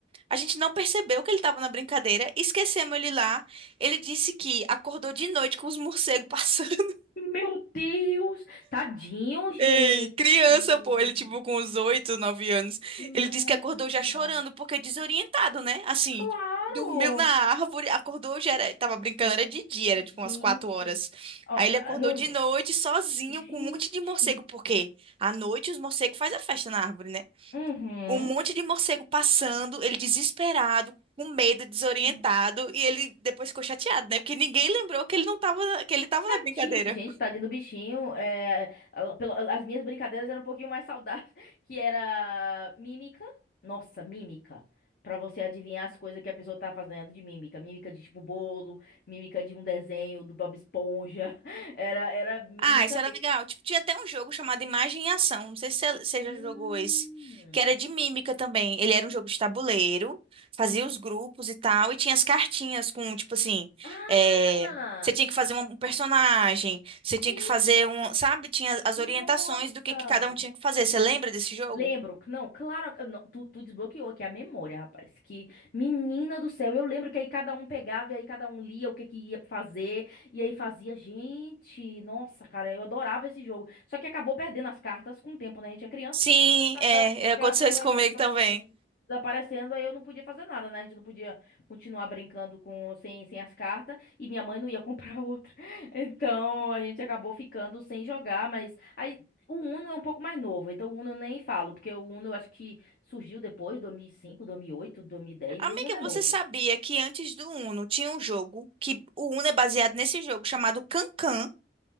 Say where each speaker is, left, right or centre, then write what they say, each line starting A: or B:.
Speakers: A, on the right; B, on the left.
A: A gente não percebeu que ele estava na brincadeira, esquecemos ele lá. Ele disse que acordou de noite com os morcegos passando. <laughs>
B: meu Deus. Tadinho, gente.
A: Ei, criança, pô, ele tipo com uns oito, nove anos.
B: Nossa.
A: Ele disse que acordou já chorando, porque é desorientado, né? Assim,
B: Claro.
A: dormiu na árvore, acordou, já era, tava brincando, era de dia, era
B: Gente.
A: tipo umas quatro horas.
B: Ó,
A: Aí ele
B: ah,
A: acordou
B: no...
A: de noite, sozinho,
B: Gente.
A: com um monte de morcego, porque à noite os morcegos fazem a festa na árvore, né?
B: Uhum.
A: um monte de morcego passando, ele desesperado, com medo, desorientado,
B: Nossa.
A: e ele depois ficou chateado, né? Porque ninguém lembrou que ele não tava, na- que ele tava na brincadeira.
B: Ti- Gente, tadinho do bichinho. é, a- pelo- as minhas brincadeiras eram um pouquinho mais saudáveis, <laughs> que era mímica. Nossa, mímica. Pra você adivinhar as coisas que a pessoa tá fazendo de mímica. Mímica de tipo bolo, mímica de um desenho do Bob Esponja. <laughs> Era, era mímica
A: Ah, isso era
B: mesmo.
A: legal. Tipo, tinha até um jogo chamado Imagem e Ação. Não sei se você você
B: Hum.
A: já jogou esse, que era de mímica também. Ele era um jogo de tabuleiro, fazia os grupos e tal, e tinha as cartinhas com, tipo assim,
B: Ah!
A: é, Você tinha que fazer um um personagem, você tinha
B: Sim!
A: que fazer um, sabe? Tinha as orientações
B: Nossa!
A: do que que cada um tinha que fazer. Você lembra desse jogo?
B: Lembro, que não, claro, eu não, tu, tu desbloqueou aqui a memória, rapaz. Que menina do céu, eu lembro que aí cada um pegava e aí cada um lia o que que ia fazer e aí fazia, gente, nossa, cara, eu adorava esse jogo. Só que acabou perdendo as cartas com o tempo, né? A gente é criança,
A: Sim, é,
B: as
A: é, aconteceu
B: cartas
A: isso
B: acabam
A: comigo também.
B: desaparecendo, aí eu não podia fazer nada, né? A gente não podia continuar brincando com sem, sem as cartas e minha mãe não ia comprar outra. <laughs> Então a gente acabou ficando sem jogar, mas aí o Uno é um pouco mais novo, então o Uno eu nem falo, porque o Uno eu acho que surgiu depois, dois dois dois mil mil e e cinco oito dois mil e dez
A: Amiga,
B: o Uno é
A: você
B: novo.
A: sabia que antes do Uno tinha um jogo que o Uno é baseado nesse jogo chamado Cancan?